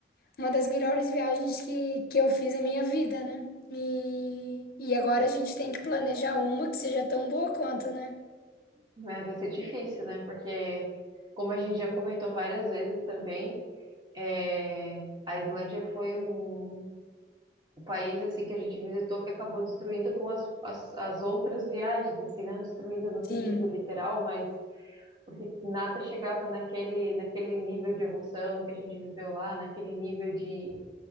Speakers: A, on the left (about 55°); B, on the right (about 25°).
A: uma das melhores viagens que, que eu fiz na minha vida, né? E, e agora a gente tem que planejar uma que seja tão boa quanto, né?
B: Mas vai ser difícil, né? Porque, como a gente já comentou várias vezes também, É, a Islândia foi um, o país assim que a gente visitou que acabou destruindo com as, as, as outras viagens, assim, não destruindo no
A: Sim,
B: sentido literal, mas porque nada chegava naquele, naquele nível de emoção que a gente viveu lá, naquele nível de,